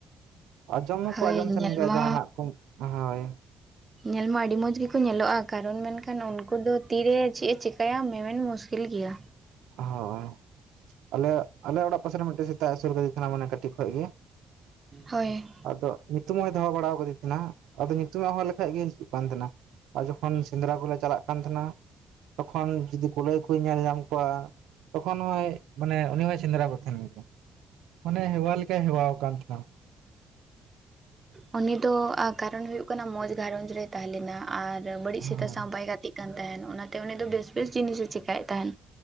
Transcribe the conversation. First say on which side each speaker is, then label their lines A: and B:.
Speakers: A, on the right; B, on the right.
A: ᱟᱸᱡᱚᱢ ᱦᱚᱠᱚ
B: ᱦᱳᱭ
A: ᱟᱸᱡᱚᱢ ᱛᱟᱦᱮᱱ
B: ᱧᱮᱞ
A: ᱜᱮᱭᱟ
B: ᱢᱟ
A: ᱡᱟᱦᱱᱟᱜ ᱠᱚ ᱦᱚᱭ᱾
B: ᱧᱮᱞ ᱢᱟ ᱟᱹᱰᱤ ᱢᱚᱡᱽ ᱜᱮᱠᱚ ᱧᱮᱞᱚᱜᱼᱟ ᱠᱟᱨᱚᱱ ᱢᱮᱱᱠᱷᱟᱱ ᱩᱱᱠᱩ ᱩᱱᱠᱩ ᱫᱚ ᱛᱤ ᱨᱮ ᱪᱮᱜ ᱮ ᱪᱤᱠᱟᱭᱟ ᱢᱮ ᱢᱮᱱ ᱢᱩᱥᱠᱤᱞ ᱜᱮᱭᱟ᱾
A: ᱦᱚ ᱟᱞᱮ ᱟᱞᱮ ᱚᱲᱟᱜ ᱯᱟᱥᱮ ᱨᱮᱱ ᱦᱚ ᱢᱤᱫᱴᱟᱝ ᱥᱮᱛᱟ ᱮ ᱟᱹᱥᱩᱞ ᱠᱟᱫᱮ ᱛᱟᱦᱮ ᱱᱟ ᱢᱟᱱᱮ ᱠᱟᱹᱴᱤᱡ ᱠᱷᱚᱡ ᱜᱤ᱾
B: ᱦᱚᱭ
A: ᱟᱫᱚ ᱧᱩᱛᱩᱢ ᱦᱚᱭ ᱫᱚᱦᱚ ᱵᱟᱲᱟ ᱠᱟᱫᱤ ᱛᱟᱦᱮ ᱱᱟ ᱟᱫᱚ ᱧᱩᱛᱩᱢ ᱮ ᱦᱚᱦᱚ ᱞᱮᱠᱷᱟᱡ ᱜᱤ ᱦᱤᱡᱩᱜ ᱠᱟᱱ ᱛᱟᱦᱮᱸᱱᱟ᱾ ᱟᱨ ᱡᱚᱠᱷᱚᱱ ᱥᱮᱸᱫᱽᱨᱟ ᱠᱚᱞᱮ ᱪᱟᱞᱟᱜ ᱠᱟᱱ ᱛᱟᱦᱮᱱᱟ᱾ ᱛᱚᱠᱷᱚᱱ ᱡᱚᱫᱤ ᱠᱩᱞᱟᱹᱭ ᱠᱩ ᱧᱮᱞ ᱧᱟᱢ ᱠᱚᱣᱟ ᱛᱚᱠᱷᱚᱱ ᱦᱚᱸᱭ ᱢᱟᱱᱮ ᱩᱱᱤ ᱦᱚᱭ ᱥᱮᱸᱫᱽᱨᱟ ᱠᱚ ᱛᱟᱦᱮᱱ ᱜᱮᱭᱟ, ᱢᱟᱱᱮ ᱦᱮᱣᱟ ᱞᱮᱠᱟᱭ ᱦᱮᱣᱟ ᱠᱟᱱ ᱛᱟᱦᱮᱱᱟ᱾
B: ᱩᱱᱤ ᱫᱚ ᱟ ᱠᱟᱨᱚᱱ ᱦᱩᱭᱩᱜ ᱠᱟᱱᱟ, ᱢᱚᱸᱡᱽ ᱜᱷᱟᱨᱚᱸᱡᱽ ᱨᱮᱭ ᱛᱟᱦᱮᱸ ᱞᱮᱱᱟ, ᱟᱨ ᱵᱟᱹᱲᱤᱡ
A: ᱦᱳᱭ
B: ᱥᱮᱛᱟ ᱥᱟᱶ ᱵᱟᱭ ᱜᱟᱛᱤᱜ ᱠᱟᱱ ᱛᱟᱦᱮᱱ, ᱚᱱᱟ ᱛᱮ ᱩᱱᱤ ᱫᱚ ᱵᱮᱥ ᱵᱮᱥ ᱡᱤᱱᱤᱥ ᱮ ᱪᱮᱟᱭᱮᱫ ᱛᱟᱦᱮᱱ